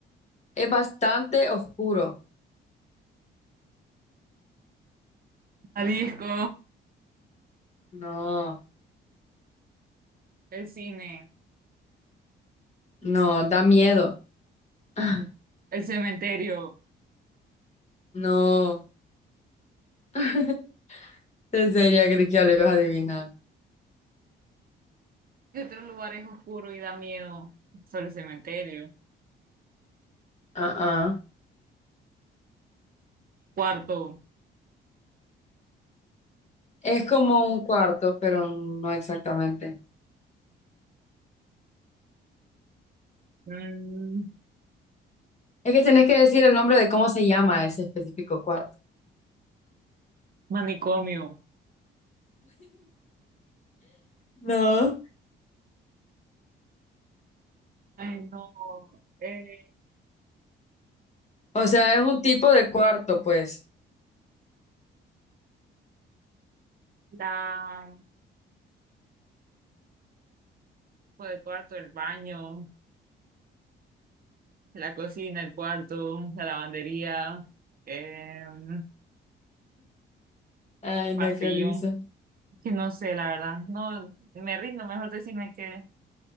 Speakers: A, on the left (about 35°); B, on the right (about 45°).
A: Es bastante oscuro.
B: la disco,
A: No,
B: el cine,
A: no, da miedo. <laughs>
B: el cementerio.
A: No. <laughs> En serio, creí que ya lo ibas a adivinar.
B: ¿Qué otro lugar es oscuro y da miedo? Solo el cementerio.
A: Ah, ah.
B: Cuarto,
A: Es como un cuarto, pero no exactamente.
B: mm,
A: Es que tenés que decir el nombre de cómo se llama ese específico cuarto.
B: manicomio.
A: No.
B: Ay, no. Eh,
A: O sea, es un tipo de cuarto, pues.
B: la Pues el cuarto, el baño, la cocina, el cuarto, la lavandería, em,
A: Ay,
B: pasillo.
A: no, qué risa.
B: Que no sé, la verdad. No, me rindo, mejor decirme que.